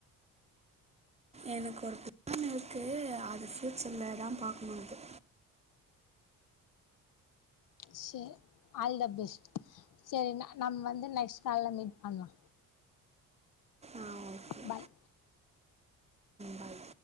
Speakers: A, on the right; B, on the left.
A: எனக்கு ஒரு பிளான் இருக்கு அது பியூச்சர்ல தான் பாக்கணும் அது
B: சரி ஆல் த பெஸ்ட் சரி நம்ம வந்து நெக்ஸ்ட் கால்ல மீட் பண்லா
A: ஆ ஓகே
B: பாய்
A: பாய்